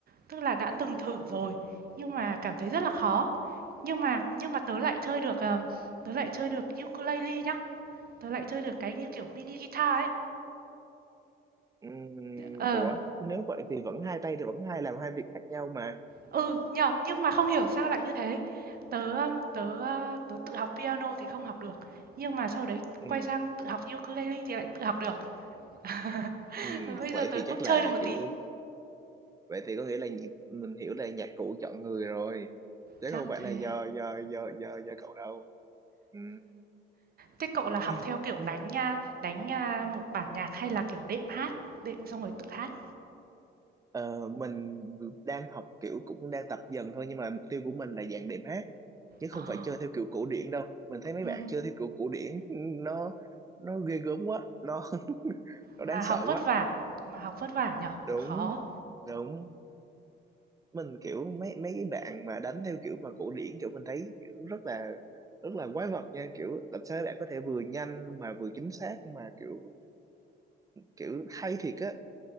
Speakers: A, on the right; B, on the right.
A: Tức là đã từng thử rồi nhưng mà cảm thấy rất là khó. Nhưng mà nhưng mà tớ lại chơi được ờ, tớ lại chơi được ukulele nhá. Tớ lại chơi được cái như kiểu mini guitar ấy.
B: Ừm,
A: Ờ
B: ủa nếu vậy thì vẫn hai tay thì vẫn hai làm hai việc khác nhau mà
A: Ừ, nhờ, nhưng mà không hiểu sao lại như thế. Tớ um, tớ uh, tớ tự học piano thì không học được, nhưng mà sau đấy
B: Ừm,
A: quay sang tự học ukulele thì lại tự học được. <laughs>
B: ừm,
A: Và bây
B: vậy
A: giờ tớ
B: thì chắc
A: cũng
B: là
A: chơi được một
B: kiểu
A: tí.
B: vậy thì có nghĩa là nhị- mình hiểu là nhạc cụ chọn người rồi chứ
A: Chắc
B: không phải
A: thế.
B: là do do do do do cậu đâu ừ.
A: Thế cậu là học
B: <clears throat>
A: theo kiểu
B: nhưng
A: đánh
B: mà
A: nha, đánh nha một bản nhạc hay là kiểu đệm hát, đệm xong rồi tự hát?
B: ờ, mình đang học kiểu cũng đang tập dần thôi nhưng mà mục tiêu của mình là dạng đệm hát chứ không
A: Ờ,
B: phải chơi theo kiểu cổ điển đâu mình thấy mấy
A: ừm,
B: bạn chơi theo kiểu cổ điển nó nó ghê gớm quá nó <laughs> nó
A: mà
B: đáng sợ
A: học vất
B: quá
A: vả, mà học vất vả nhở,
B: đúng
A: khó.
B: đúng mình kiểu mấy mấy cái bạn mà đánh theo kiểu mà cổ điển kiểu mình thấy kiểu rất là rất là quái vật nha kiểu làm sao bạn có thể vừa nhanh mà vừa chính xác mà kiểu kiểu hay thiệt á